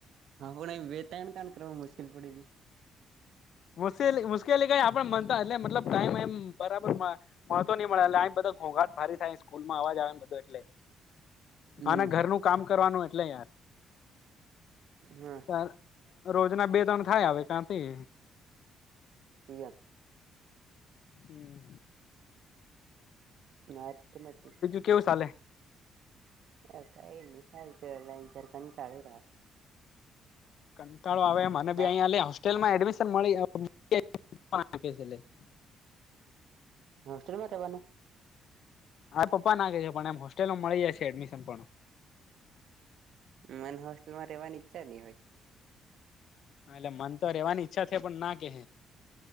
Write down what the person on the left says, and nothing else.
મુસેલી મુશ્કેલી કઈ આપડે મનતો એટલે મતલબ ટાઈમ એમ બરાબર વા મળતો નઈ મળે, આઈ બધો ઘોંઘાટ ભારી થાય, સ્કૂલમા અવાજ આવે, ને બધો એટલે
અને ઘરનું કામ કરવાનું, એટલે યાર.
યાર, રોજ ના બે ત્રણ થાય આવે, કાંથી
હમ્મ
કેવું સાલે?
કંટાળો આવે મનેબી
અહીંયા, લે હોસ્ટેલમાં એડમિશન મળી <unintelligible>
આ પપ્પા ના કે છે, પણ એમ હોસ્ટેલમાં મળી જાયછે, એડમિશન પણ
હા એટલે મન તો રહેવાની ઈચ્છા છે પણ ના કે હે